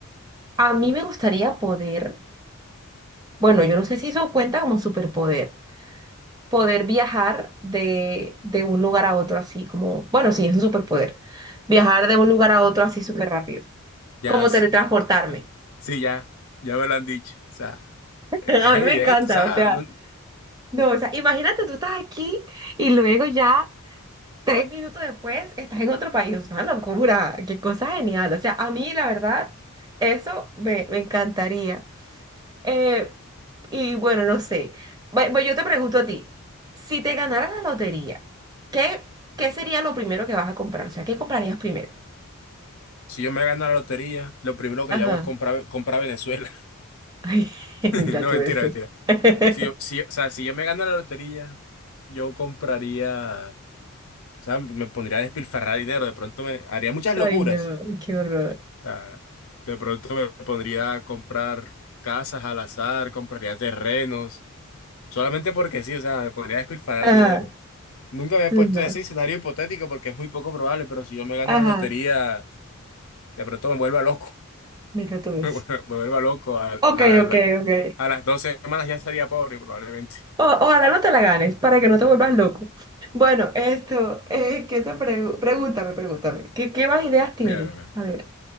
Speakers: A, on the right; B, on the left.
A: A mí me gustaría poder, bueno, yo no sé si eso cuenta como superpoder, poder viajar de, de un lugar a otro así, como, bueno, sí, es un superpoder. Viajar de un lugar a otro así súper rápido,
B: Ya
A: como teletransportarme.
B: Sí, ya, ya me lo han dicho. O sea,
A: <laughs>
B: e-
A: A
B: es
A: mí
B: evidente,
A: me encanta,
B: o sea,
A: o sea.
B: no-
A: No, o sea, imagínate, tú estás aquí y luego ya tres minutos después estás en otro país. Es Una locura, qué cosa genial. O sea, a mí la verdad, eso me, me encantaría. Eh, y bueno, no sé. Bu- Bueno, yo te pregunto a ti, si te ganara la lotería, ¿qué, qué sería lo primero que vas a comprar? O sea, ¿qué comprarías primero?
B: si yo me gano la lotería, lo primero que
A: Ajá.
B: yo hago es comprar, comprar Venezuela.
A: Ay, <laughs>
B: <laughs>
A: mira
B: No,
A: tú
B: mentira,
A: eso.
B: mentira.
A: <laughs>
B: Si yo, si, o sea, si yo me gano la lotería, yo compraría, o sea, me pondría a despilfarrar dinero, de pronto me haría muchas
A: Ay,
B: locuras.
A: no, qué horror.
B: O sea, de pronto me pondría a comprar casas al azar, compraría terrenos, solamente porque sí, o sea, me pondría a despilfarrar
A: Ajá,
B: dinero. Nunca me he
A: no.
B: puesto ese escenario hipotético porque es muy poco probable, pero si yo me gano
A: Ajá,
B: la lotería, De pronto me vuelva loco,
A: mira
B: <laughs>
A: tú eso.
B: me vuelva loco. Al-
A: Ok,
B: al-
A: ok, ok.
B: a las dos semanas ya sería pobre, probablemente.
A: O- ojalá no te la ganes para que no te vuelvas loco. Bueno, esto, eh, ¿qué te pregu- pregúntame, pregúntame. ¿Qué, qué más ideas tienes?
B: Mira, mira,
A: A ver.